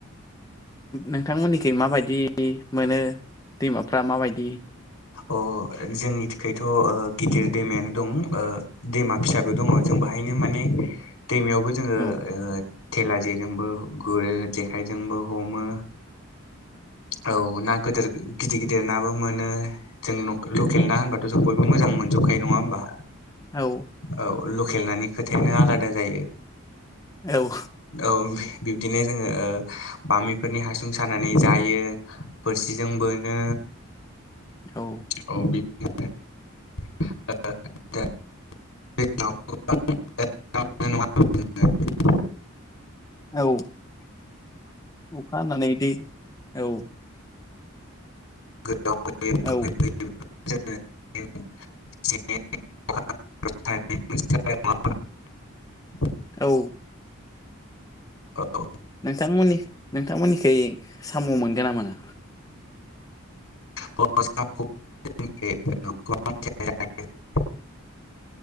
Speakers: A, on the left (about 15°); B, on the left (about 80°).
A: नोंथांमोननिथिं माबायदि मोनो दैमाफ्रा माबायदि
B: अ' जोंनि थाखायथ' गिदिर दैमायानो दं दैमा फिसाबो दङ जों बाहायनो माने दैमायावबो जोङो
A: औ
B: थेला जेजोंबो गुरो जेखाइजोंबो हमो औ ना गोदोर गिदिर गिदिर नाबो मोनो। जों लकेल ना होनबाथ' जों बयबो मोजां मोनजोबखायो नङा होमबा
A: औ
B: औ लकेल नानि खोथायानो आलादा जायो
A: औ
B: औ। बिब्दिनो जोङो ओ बामिफोरनि हासुं सानानै जायो बोरसिजों बोनो।
A: औ।
B: औ बिदिनो <unintelligible> <unintelligible>
A: औ अखा हानानै दै औ
B: <unintelligible>
A: औ
B: <unintelligible>
A: औ।
B: औ।
A: नोंथांमोननि नोंथांमोनिखै साम मोनगोना मोना।
B: <unintelligible>